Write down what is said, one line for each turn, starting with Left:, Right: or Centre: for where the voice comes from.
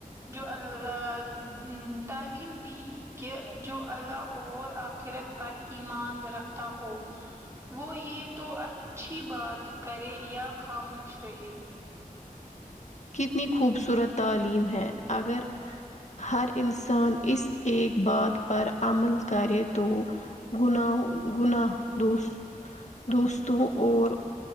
Right: جو اللہ ایم م تعلیم دی کہ جو اللہ اور آ خیرت پر ایمان رکھتا ہو وہ یہ تو اچھی بات کرے یا خاموش رہے
Left: کتنی خوبصورت تعلیم ہے اگر ہر انسان اس ایک بات پر عمل کرے تو گناہو۔ گناہ دوس۔ دوستوں اور